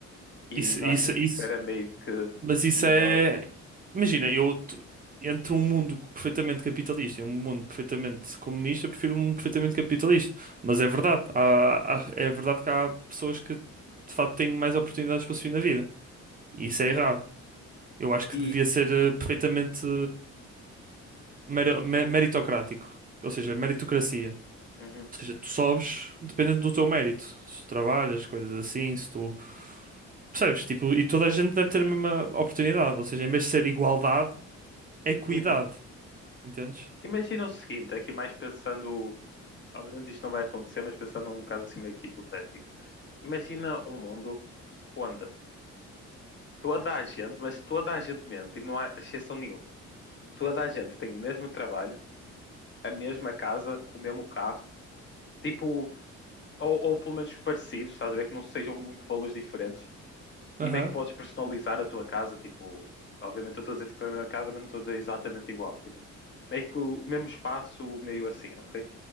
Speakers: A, on the left; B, on the right.
A: E
B: isso,
A: não
B: isso,
A: achas
B: isso.
A: que isso era meio que
B: Mas isso
A: melhor?
B: é. Imagina, eu t- entre um mundo perfeitamente capitalista e um mundo perfeitamente comunista, eu prefiro um mundo perfeitamente capitalista. Mas é verdade,
A: Hum.
B: há- há- é verdade que há pessoas que de facto têm mais oportunidades para subir na vida. E isso é
A: Não.
B: errado. Eu acho que
A: E
B: devia ser eh, perfeitamente. meri- me- meritocrático, ou seja, meritocracia.
A: uhum,
B: Ou seja, tu sobes dependendo do teu mérito. Se tu trabalhas, coisas assim, se tu. Percebes? Tipo, e toda a gente deve ter a mesma oportunidade. Ou seja, em vez de ser igualdade, é equidade.
A: uhum.
B: Entendes?
A: Imagina o seguinte, aqui mais pensando Obviamente isto não vai acontecer, mas pensando num caso assim meio que hipotético. Imagina um mundo onde toda a gente, mas toda a gente mesmo, tipo, não há exceção nenhuma. Toda a gente tem o mesmo trabalho, a mesma casa, o mesmo carro, tipo, ou, ou pelo menos parecidos, estás a ver que não sejam muito valores diferentes. E
B: Aham,
A: meio que podes personalizar a tua casa? Tipo, obviamente eu estou a dizer tipo a mesma casa, mas não estou a dizer exatamente igual. Tipo, meio que o mesmo espaço, meio assim, ok?